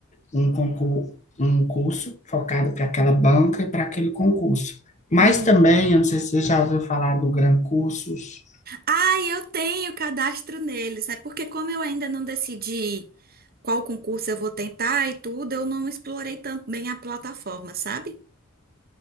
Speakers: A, on the left (about 35°); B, on the right (about 45°).
A: um concurso, um curso focado para aquela banca e para aquele concurso. Mas
B: Uhum.
A: também, eu não sei se você já ouviu falar do Gran Cursos.
B: Ah, eu tenho cadastro neles. É porque como eu ainda não decidi qual concurso eu vou tentar e tudo, eu não explorei tanto bem a plataforma, sabe?